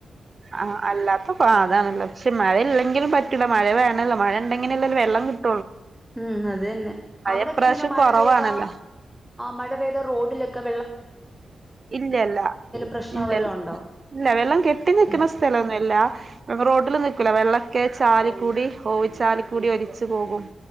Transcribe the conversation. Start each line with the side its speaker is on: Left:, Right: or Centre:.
Right: ആ അല്ലാത്ത പ അതാണ്ല്ലക്ഷെ മഴല്ല എങ്കിലും പറ്റില്ല മഴേണല്ലോ മഴ ഉണ്ടെങ്കിലല്ല വെം ക
Centre: ഉം അത്തന്നെ അവിടെൊക്കെ
Right: ഇപ്രാവശ്യം
Centre: എങ്ങനെ മഴ
Right: കൊറവാണല്ലോ
Centre: പെയ്ത മഴ പെയ്ത റോഡിലൊക്കെെ
Right: ഇല്ലല്ല
Centre: പ്രശ്നോ
Right: ഇല്ല
Centre: വല്ലോ ഉണ്ടോ
Right: ഇല്ല വെള്ളം കെട്ടി നിക്കുന്ന
Centre: ഇല്ല
Right: സ്ഥലന്ന റോഡിൽ നിക്കൂല വെള്ളൊക്കെ ചാല കൂടി ഓവി ചാല കൂടി ഒരിച്ച്ു പോകും